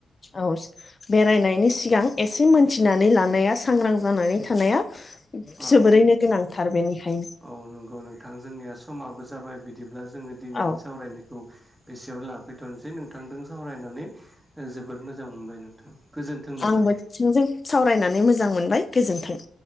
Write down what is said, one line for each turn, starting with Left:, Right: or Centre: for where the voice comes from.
Left: औ बेरायनायनि सिगां एसे मोन मिथिनानै लानाया सांग्रां जानानै थानाया
Right: अ
Left: जोबोरैनो गोनांथार बेनिखायनो।
Right: औ नंगौ नोंथां जोंनिया समाबो जाबाय बिदिब्ला जोंङो दिनैनि
Left: औ
Right: सावरायनायखौ बेसेयाव लाफै थसै नोंथांजों सावरायनानै जोबोद मोजां मोनबाय नोंथां गोजोन्थों नोंथां
Left: आंबो नोंसिजों सावरायनानै मोजां मोनबाय गोजोन्थों।